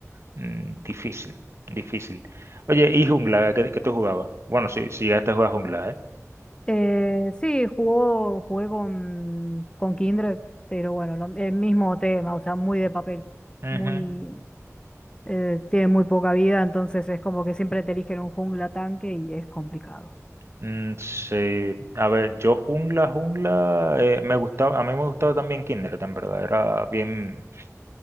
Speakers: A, on the right; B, on the left.
A: Mm, difícil, difícil. Oye, ¿y jungla? ¿Qué, qué tú jugabas? Bueno, si si ya te juegas jungla, ¿eh?
B: Eh, sí, jugó, jugué con, con Kindred, pero bueno, lo- el mismo tema, o sea, muy de papel,
A: Ujú.
B: muy, eh, tiene muy poca vida, entonces es como que siempre te eligen un jungla tanque y es complicado.
A: Mm, sí, a ver, yo jungla, jungla, eh, me gustaba, a mí me gustaba también Kindred, en verdad, era bien,